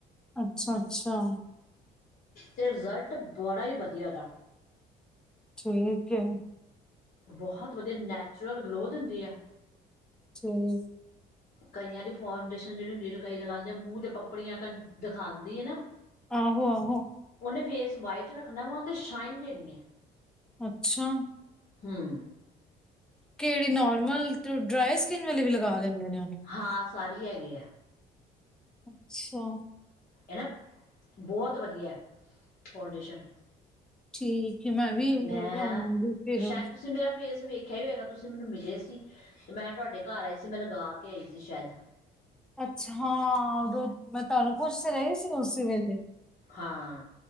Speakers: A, in the centre; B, on the left.
A: ਅੱਛਾ ਅੱਛਾ।
B: ਤੇ ਰਿਜ਼ਲਟ ਬੜਾ ਹੀ ਵਧੀਆ ਉਹਦਾ।
A: ਠੀਕ ਏ।
B: ਬਹੁਤ ਵਧੀਆ ਨੈਚੁਰਲ ਗਲੋ ਦਿੰਦੀ ਆ।
A: ਠੀਕ।
B: ਕਈਆਂ ਦੀ ਫਾਊਂਡੇਸ਼ਨ ਜਿਹੜੀ ਹੁੰਦੀ ਕਈ ਲਗਾਉਂਦੇ ਮੂੰਹ ਤੇ ਪਪੜੀਆਂ ਦਿਖਾਉਂਦੀ ਹੈ ਨਾ।
A: ਆਹੋ ਆਹੋ।
B: ਉਹਨੇ ਫੇਸ ਵਾਈਟ ਰੱਖਣਾ ਵਾ ਤੇ ਸ਼ਾਈਨ ਦੇਣੀ ਹੈ।
A: ਅੱਛਾ
B: ਹਮ
A: ਕਿਹੜੀ ਨੋਰਮਲ ਡਰਾਈ ਸਕਿਨ ਵਾਲੇ ਵੀ ਲਗਾ ਲੈਂਦੇ ਨੇ ਉਹਨੂੰ।
B: ਹਾਂ ਸਾਰੇ ਹੈਗੇ ਆ।
A: ਅੱਛਾ।
B: ਹਨ ਨਾ ਬਹੁਤ ਵਧੀਆ ਫਾਊਂਡੇਸ਼ਨ।
A: ਠੀਕ ਹੈ ਮੈਂ ਵੀ
B: ਮੈਂ
A: ਲਾਉਂਗੀ ਫਿਰ
B: ਸ਼ਾਇਦ ਤੁਸੀਂ ਮੇਰਾ ਫੇਸ ਵੇਖ। ਵੇਖਿਆ ਹੀ ਹੋਏਗਾ ਤੁਸੀਂ ਮੈਨੂੰ ਮਿਲੇ ਸੀ ਤੇ ਮੈਂ ਤੁਹਾਡੇ ਘਰ ਆਈ ਸੀ। ਮੈਂ ਲਗਾ ਕੇ ਆਈ ਸੀ ਸ਼ਾਇਦ।
A: ਅੱਛਾ ਹਾਂ, ੳਦੋ ਮੈਂ ਤੁਹਾਨੂੰ ਪੁੱਛ ਤੇ ਰਹੀ ਸੀ। ਉਸੇ ਵੇਲੇ
B: ਹਾਂ